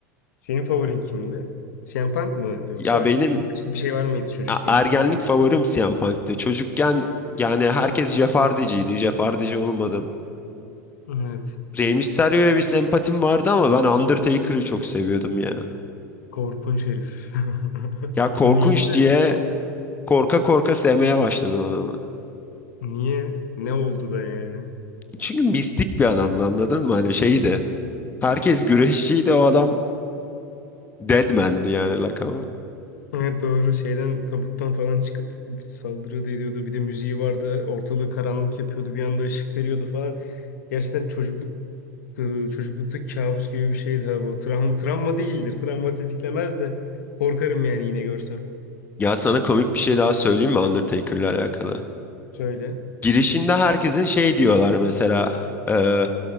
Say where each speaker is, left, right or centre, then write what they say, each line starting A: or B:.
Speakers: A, on the left; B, on the left.
A: Senin favorin kimdi? CM Punk mı yoksa
B: Ya benim
A: başka bir şey var mıydı çocukken?
B: a- ergenlik favorim CM Punk'tı. Çocukken yani herkes Jeff Hardy'ciydi. Jeff Hardy'ci olmadım.
A: Evet.
B: Rey Mysterio'ya bir sempatim vardı ama ben Undertaker'ı çok seviyordum ya.
A: Korkunç herif. <laughs>
B: Ya korkunç
A: Neyini öldürdü
B: diye
A: oğlum?
B: korka korka sevmeye başladım adamı.
A: Niye? Ne oldu da yani?
B: Çünkü mistik bir adamdı anladın mı? Hani şeydi. Herkes güreşçiydi o adam Deadman'di yani lakabı.
A: Evet doğru şeyden tabuttan falan çıkıp saldırıyordu ediyordu. Bir de müziği vardı. Ortalığı karanlık yapıyordu. Bir anda ışık veriyordu falan. Gerçekten çocukluk e, çocuklukta kabus gibi bir şeydi ha bu. Travma, travma değildir. Travma tetiklemez de korkarım yani yine görsem.
B: Ya sana komik bir şey daha söyleyeyim mi Undertaker'la alakalı?
A: Şöyle.
B: Girişinde herkesin şey diyorlar mesela. E,